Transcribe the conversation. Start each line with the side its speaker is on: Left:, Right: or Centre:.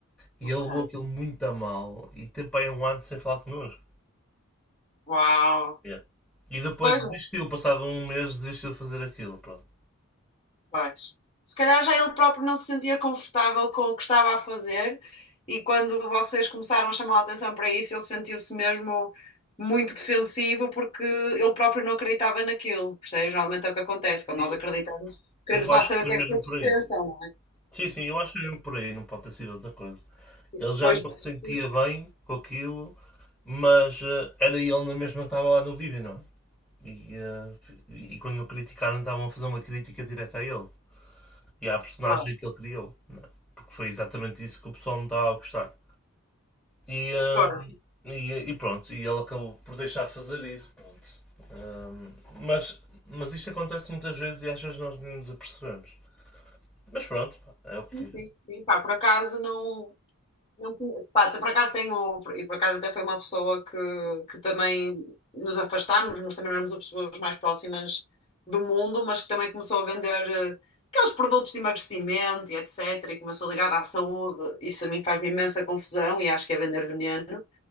Centre: E
Left: ok.
Centre: ele levou aquilo muito a mal e teve para aí um ano sem falar connosco.
Left: Uau.
Centre: Yeah. E depois
Left: Pois
Centre: desistiu, passado um mês, desistiu de fazer aquilo. Pronto.
Left: Pois. Se calhar já ele próprio não se sentia confortável com o que estava a fazer, e quando vocês começaram a chamar a atenção para isso, ele sentiu-se mesmo muito defensivo porque ele próprio não acreditava naquilo. Percebes? Normalmente é o que acontece, quando
Centre: E,
Left: nós acreditamos, queremos
Centre: eu
Left: lá
Centre: acho
Left: saber
Centre: que foi
Left: o que
Centre: mesmo
Left: é que eles
Centre: por aí.
Left: pensam. não é?
Centre: Sim, sim, eu acho que foi mesmo por aí, não pode ter sido outra coisa.
Left: E
Centre: Ele
Left: se depois
Centre: já não
Left: desistir,
Centre: se sentia bem com aquilo, mas eh, era ele na mesma que estava lá no vídeo, não é? E, eh, e quando o criticaram, estavam a fazer uma crítica direta a ele. e à personagem
Left: pá.
Centre: que ele criou, não é? Porque foi exatamente isso que o pessoal não estava a gostar. E, hum,
Left: Pô,
Centre: e, e pronto, e ele acabou por deixar fazer isso, pronto. Hum, mas, mas isto acontece muitas vezes e às vezes nós nem nos apercebemos. Mas pronto, pá, é o que
Left: Sim, sim,
Centre: é.
Left: sim, pá, por acaso não. Não conhe- pá, por acaso tenho, e por acaso até foi uma pessoa que, que também nos afastámos, mas também não éramos as pessoas mais próximas do mundo, mas que também começou a vender eh, aqueles produtos de emagrecimento e etc. E começou ligada à saúde. Isso a mim faz-me imensa confusão e acho que é vender veneno.